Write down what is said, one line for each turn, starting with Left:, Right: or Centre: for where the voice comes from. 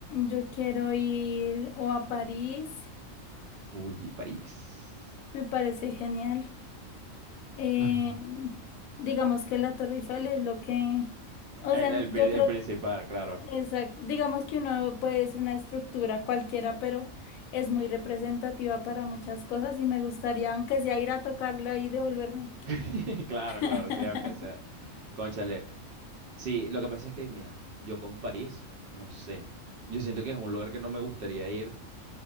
Left: Yo quiero ir o a París,
Right: Uy, París.
Left: me parece genial. Eh,
Right: Ay,
Left: digamos que la Torre Eiffel es lo que... O
Right: El,
Left: sea,
Right: el
Left: yo
Right: pri-
Left: creo
Right: el principal, claro.
Left: Exacto. Digamos que uno pues una estructura cualquiera, pero es muy representativa para muchas cosas y me gustaría, aunque sea ir a tocarlo ahí, y devolverme.
Right: <laughs> Claro,
Left: <laughs>
Right: claro, sea aunque sea. Cónchale. Sí, lo que pasa es que, mira, yo con París, no sé. Yo siento que es un lugar que no me gustaría ir,